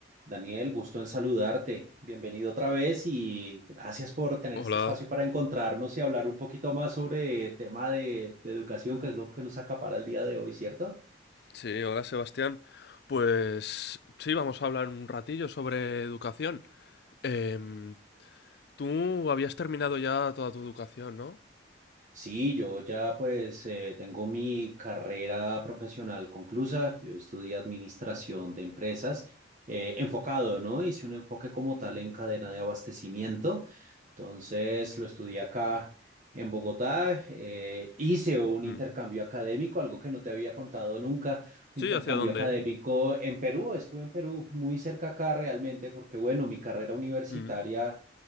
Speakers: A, on the right (about 45°); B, on the left (about 60°).
A: Daniel, gusto en saludarte. Bienvenido otra vez y gracias por tener
B: Hola,
A: este espacio para encontrarnos y hablar un poquito más sobre tema de, de educación, que es lo que nos acapara el día de hoy, ¿cierto?
B: sí, hola Sebastián. Pues sí, vamos a hablar un ratillo sobre educación. Em, tú habías terminado ya toda tu educación, ¿no?
A: Sí, yo ya pues eh, tengo mi carrera profesional conclusa. Yo estudié administración de empresas eh, enfocado, ¿no? Hice un enfoque como tal en cadena de abastecimiento. Entonces lo estudié acá en Bogotá, eh, hice un intercambio
B: Mm.
A: académico, algo que no te había contado nunca, un
B: Sí,
A: intercambio
B: ¿hacia dónde?
A: académico en Perú, estuve en Perú muy cerca acá realmente, porque bueno, mi carrera universitaria
B: Mm.